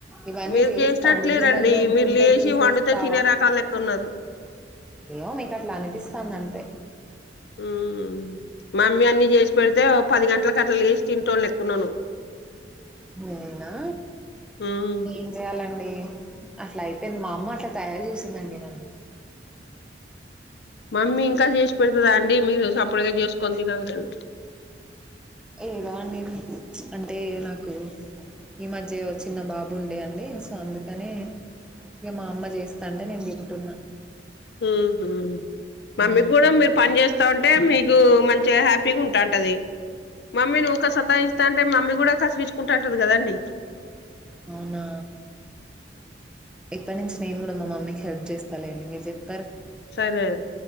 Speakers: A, in the centre; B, on the left (about 60°).
A: ఇవన్నీ
B: మీరు
A: చేస్తా
B: చేసేటట్లేరండి
A: అండి గిన్నెలు తోముతుంటే
B: మీరు లేచి
A: తీసేస్తా
B: వండితే తినే రకాల లెక్క ఉన్నారు
A: ఏమో మీకు అట్లా అనిపిస్తాంది అంతే
B: ఉమ్ మమ్మీ అన్నీ చేసి పెడితే ఓ పది గంటలకు అట్ల లేసి తింటోళ్ళు లెక్క ఉన్నావ్ నువ్
A: నేనా
B: ఉమ్
A: ఏం చెయ్యాలండి అట్లా అయిపోయింది మా అమ్మ అట్లా తయారు చేసిందండి నన్ను
B: మమ్మీ ఇంకా చేసి పెడుతదా అండి మీరు సం ఇప్పడుగా చేసుకొని తినాల గాని
A: ఏదో అండి అంటే నాకు ఈ మధ్య చిన్న బాబు ఉండే అండి సో అందు కనే ఇగ మా అమ్మ చేస్తాంటే నేను తింటున్నా
B: హూ హూ మమ్మీకి
A: హ్మ్.
B: కూడా మీరు పని చేస్తా ఉంటే మీకు మన్ దిగా హ్యాపీగా ఉంటాంటది మమ్మీ నువ్వు ఊక సతాయిస్తాంటే మమ్మీ కూడా కసిరిచ్ కుంటాంటది కదండి
A: అవునా! ఇప్పటి నుంచి నేను కూడా మా మమ్మీకి హెల్ప్ చేస్తా లేండి మీరు చెప్
B: సరే